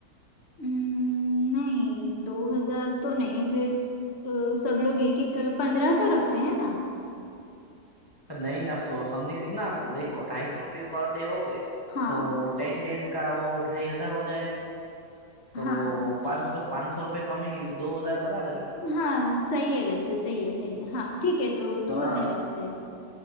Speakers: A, on the left; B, on the left.
A: हम्म, नहीं दो हजार तो नहीं फिर अ, सब लोग एक एक कर पंद्रह सौ रखते हैं ना
B: पर नहीं आप सो समझे नहीं ना आप देखो ढाई सौ रुपये पर डे हो गए
A: हाँ
B: तो टेन डेज का वो ढाई हजार हो जाएंगे तो
A: हाँ
B: पाँच सौ पाँच सौ रुपये कम ही दो हजार बराबर है ना तो
A: हाँ
B: फिर
A: सही है वैसे सही है सही है हाँ ठीक है तो दो
B: हाँ
A: हजार लगते हैं